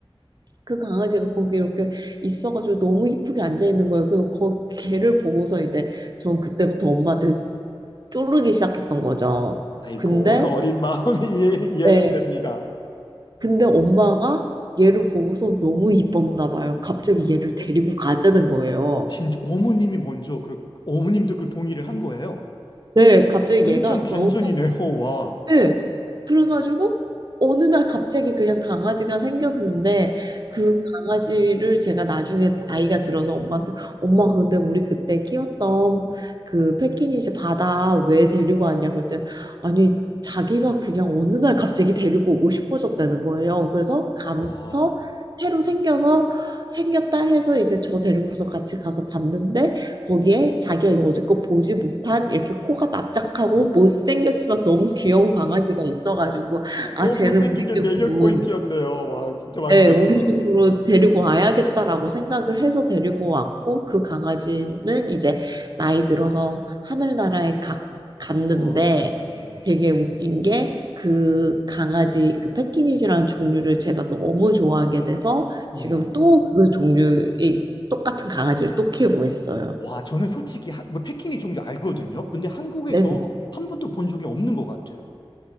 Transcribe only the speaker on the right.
그 강아지가 거기 이렇게 있어가지고 너무 이쁘게 앉아 있는 거예요. 그리고 거, 걔를 보고서 이제 전 그때부터 엄마한테 쪼르기 시작했던 거죠.
근데
네.
근데 엄마가 얘를 보고서 너무 이뻤나 봐요. 갑자기 얘를 데리고
가자는 거예요.
네, 갑자기
얘가
너무
예. 그래가지고 어느 날 갑자기 그냥 강아지가 생겼는데 그 강아지를 제가 나중에 아이가 들어서 엄마한테 엄마 근데 우리 그때 키웠던 그 패키니즈 바다 왜 데리고 왔냐고 했더니 아니 자기가 그냥 어느 날 갑자기 데리고 오고 싶어졌다는 거예요. 그래서 가서
새로 생겨서 생겼다 해서 이제 저 데리고서 같이 가서 봤는데 거기에 자기가 여지껏 보지 못한 이렇게 코가 납작하고 못생겼지만 너무 귀여운 강아지가 있어가지고
아 쟤는
우리
집으로
예, 우리 집으로 데리고 와야겠다라고 생각을 해서 데리고 왔고 그 강아지는 이제 나이 들어서 하늘나라에 가, 갔는데
되게 웃긴 게 그 강아지 그 패키니지라는 종류를 제가 너무 좋아하게 돼서
지금 또 그 종류의 똑같은 강아지를 또 키우고 있어요.
네네.